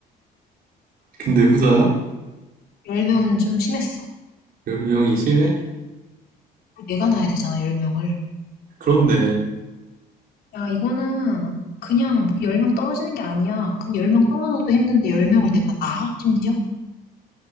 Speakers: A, on the right; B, on the left.
A: 근데 후자야?
B: 열명은 좀 심했어.
A: 10명이 심해?
B: 내가 낳아야 되잖아, 열명을
A: 그렇네.
B: 야, 이거는 그냥 10명 떨어지는 게 아니야. 근데 10명 떨어져도 힘든데 10명을 내가 나? 심지어?